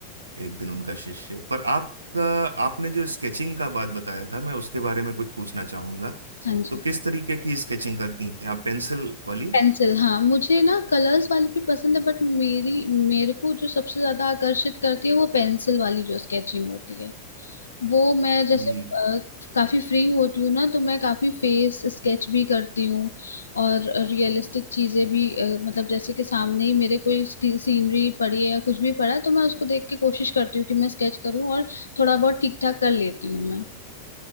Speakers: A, on the right; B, on the left.
A: एक दिन उनका शिष्य पर आपका आपने जो स्केचिंग का बात बताया था मैं उसके बारे में कुछ पूछना चाहूंगा
B: हाँ जी
A: तो किस तरीके की स्केचिंग करती हैं आप पेंसिल वाली
B: पेंसिल हाँ मुझे ना कलर्स वाली भी पसंद है बट मेरी मेरे को जो सबसे ज्यादा आकर्षित करती है वो पेंसिल वाली जो स्केचिंग होती है वो मैं जैसे
A: जी
B: अ, काफी फ्री होती हूँ ना तो मैं काफी फेस स्केच भी करती हूँ और रियलिस्टिक चीजें भी अ, मतलब जैसे कि सामने ही मेरे कोई सीनरी पड़ी है या कुछ भी पड़ा है तो मैं उसको देख के कोशिश करती हूँ कि मैं स्केच करूँ और थोड़ा बहुत ठीक ठाक कर लेती हूँ मैं